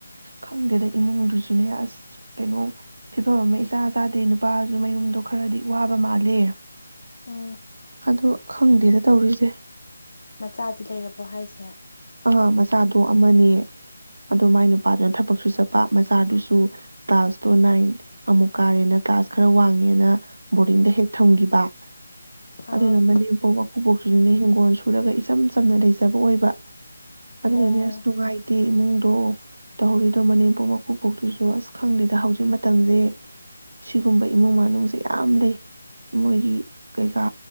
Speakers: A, on the right; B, on the left.
A: ꯈꯪꯗꯦꯗ ꯏꯃꯨꯡꯗꯨꯁꯨꯅꯦ ꯑꯁ ꯀꯩꯅꯣ ꯐꯤꯕꯝ ꯑꯃ ꯏꯆꯥ ꯆꯥꯗꯦ ꯅꯨꯄꯥꯁꯨ ꯃꯌꯨꯝꯗꯣ ꯈꯔꯗꯤ ꯋꯥꯕ ꯃꯥꯜꯂꯦ
B: ꯎꯝ
A: ꯑꯗꯨ ꯈꯪꯗꯦꯗ ꯇꯧꯔꯤꯁꯦ
B: ꯃꯆꯥꯗꯤ ꯂꯩꯔꯕꯣ ꯍꯥꯏꯁꯦ
A: ꯑ ꯃꯆꯥꯗꯣ ꯑꯃꯅꯦ ꯑꯗꯣ ꯃꯥꯏ ꯅꯨꯄꯥꯗꯨꯅ ꯊꯕꯛꯁꯨ ꯆꯠꯄ ꯃꯆꯥꯗꯨꯁꯨ ꯀ꯭ꯂꯥꯁ ꯇꯣ ꯅꯥꯏꯟ ꯑꯃꯨꯛ ꯀꯥꯔꯦꯅ ꯀ꯭ꯂꯥꯁ ꯈꯔ ꯋꯥꯡꯉꯦꯅ ꯕꯣꯔꯗꯤꯡꯗ ꯍꯦꯛ ꯊꯝꯈꯤꯕ꯫
B: ꯑꯥ
A: ꯑꯗꯨꯗ ꯅ ꯃꯅꯦꯝꯄꯣꯛ ꯃꯀꯨꯕꯣꯛ ꯑꯗꯨꯅ ꯍꯤꯡꯒꯣꯜ ꯁꯨꯔꯒ ꯏꯆꯝ ꯆꯝꯅ ꯂꯩꯖꯕ ꯑꯣꯏꯕ ꯑꯗꯨꯅꯅꯦ
B: ꯑꯣ
A: ꯑꯁ ꯅꯨꯡꯉꯥꯏ ꯏꯃꯨꯡꯗꯣ ꯇꯧꯔꯤꯗꯣ ꯃꯅꯦꯝꯄꯣꯛ ꯃꯀꯨꯕꯣꯛꯇꯨꯁꯨ ꯑꯁ ꯈꯪꯗꯦꯗ ꯍꯧꯖꯤꯛ ꯃꯇꯝꯁꯦ ꯁꯤꯒꯨꯝꯕ ꯏꯃꯨꯡ ꯃꯅꯨꯡꯁꯦ ꯌꯥꯝ ꯂꯩ ꯃꯣꯏꯒꯤ ꯀꯩꯀꯥ